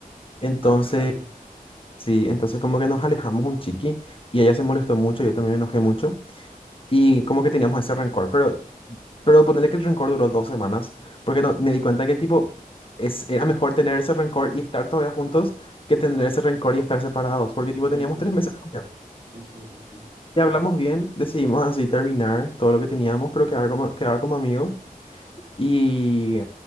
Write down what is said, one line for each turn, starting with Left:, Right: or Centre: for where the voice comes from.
Left: Entonces.
Right: un cambio grande.
Left: Sí, entonces como que nos alejamos un chiqui y ella se molestó mucho, yo también me enojé mucho y como que teníamos ese rencor, pero, pero ponerle que el rencor duró dos semanas porque no, me di cuenta que tipo es, era mejor tener ese rencor y estar todavía juntos que tener ese rencor y estar separados, porque tipo teníamos
Right: Ujú,
Left: tres meses de novia.
Right: ujú, ujú.
Left: y hablamos bien, decidimos así terminar todo lo que teníamos, pero quedar como, quedar como amigos y,